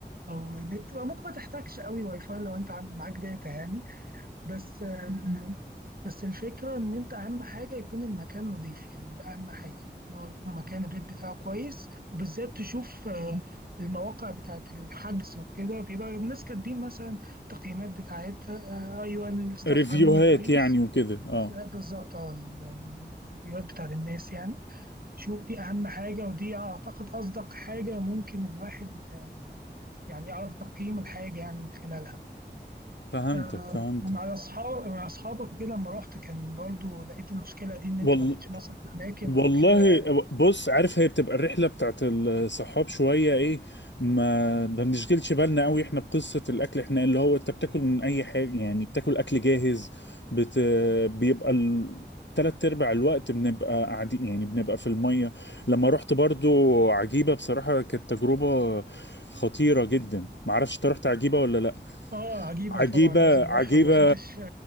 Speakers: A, on the right (about 55°); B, on the left (about 80°).
A: أو نت ممكن ما تحتاجش قوي واي فاي لو أنت عندك معاك داتا يعني بس آه، بس الفكرة إن أنت أهم حاجة يكون المكان نظيف يعني ده أهم حاجة إن هو يكون مكان الريت بتاعه كويس وبالذات تشوف آه، المواقع بتاعة الحجز وكده بيبقى الناس كاتبين مثلا تقييمات بتاعتها آه، أيوه الستاف
B: ريفيوهات
A: عاملني كويس
B: يعني وكده اه
A: بالظبط اه الريفيوهات بتاعة الناس يعني شوف دي أهم حاجة ودي أعتقد أصدق حاجة ممكن الواحد آه، يعني يعرف تقييم الحاجة يعني من خلالها
B: فهمتك
A: آه،
B: فهمتك
A: مع اصحاب مع اصحابك وكده لما رحت كان برضو لقيت المشكله دي ان انت
B: والله
A: ما لقيتش مثلا اماكن
B: والله
A: او كده
B: بص عارف هي بتبقى الرحلة بتاعت الصحاب شوية ايه ما ما بنشغلش بالنا قوي احنا بقصة الاكل احنا اللي هو انت بتاكل من اي حاجة يعني بتاكل اكل جاهز بت... بيبقى ال... تلات ارباع الوقت بنبقى قاعدين يعني بنبقى في المية لما رحت برضو عجيبة بصراحة كانت تجربة خطيرة جدا معرفش انت رحت عجيبة ولا لا
A: اه عجيبه
B: عجيبة
A: طبعا لازم اروحها
B: عجيبة
A: محدش آه،